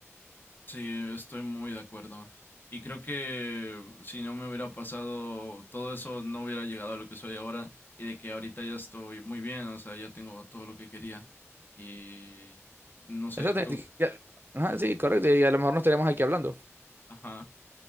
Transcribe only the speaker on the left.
Sí, estoy muy de acuerdo. Y creo que si no me hubiera pasado todo eso, no hubiera llegado a lo que soy ahora y de que ahorita ya estoy muy bien, o sea, ya tengo todo lo que quería. Y no sé,
tú,
ajá,